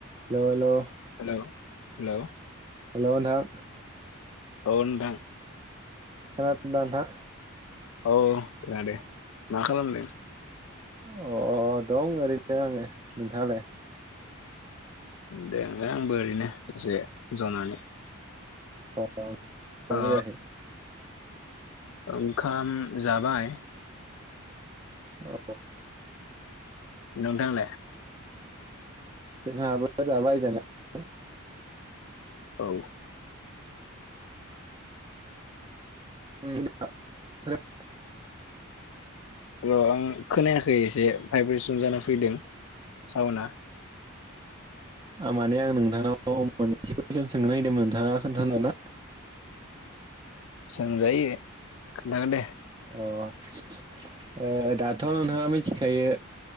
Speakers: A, on the right (about 20°); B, on the left (about 70°).
A: Hello hello
B: hello hello
A: hello नोंथां
B: औ नोंथां
A: खोनादोंना नोंथां?
B: औ खोनादों, मा खालामदों?
A: अ दं ओरैनो आङो नोंथाङालाय?
B: देलाय आंबो ओरैनो दसे जनानै
A: अ <unintelligible> जायाखै
B: ओ ओंखाम जाबाय।
A: अ
B: नोंथाङालाय?
A: जोंहाबो जाबाय जानाया
B: औ
A: <inaudible>
B: र' आं खोनायाखै एसे भाइब्रेसन जाना फैदों साउन्डआ
A: अ माने आं नोंथांनाव मोनसे कुइसन सोंनो नागिरदोंमोन नोंथाङा खोन्थानो ना
B: सोंजायो खोन्थागोन दे।
A: अ ओ दाथ' नोंथाङा मिथिखायो